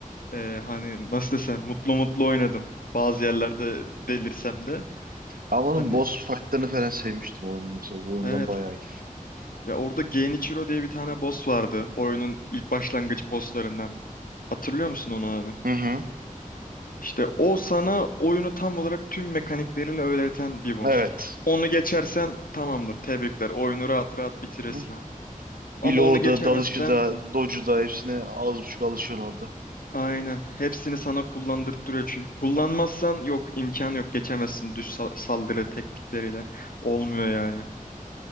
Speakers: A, on the left; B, on the right.
A: Ee, hani nasıl desem mutlu mutlu oynadım. Bazı yerlerde delirsem de.
B: Ama onun
A: Hani
B: boss fight'larını falan sevmiştim oyunu mesela. Bu oyundan
A: evet.
B: bayağı iyi.
A: Ya orada Genichiro diye bir tane boss vardı. Oyunun ilk başlangıç bosslarından. Hatırlıyor musun onu abi?
B: Hı hı.
A: İşte o sana oyunu tam olarak tüm mekanikleriyle öğreten bir boss.
B: Evet.
A: Onu geçersen tamamdır. Tebrikler. Oyunu rahat rahat bitirirsin.
B: Hı.
A: abi. Ama
B: bloğu
A: onu geçemezsen
B: da, dalışı da, dodge'u da hepsine az buçuk alışıyorsun orada.
A: aynen hepsini sana kullandırtıyor. Çünkü kullanmazsan yok imkan yok geçemezsin düz sa- saldırı teknikleriyle. Olmuyor yani.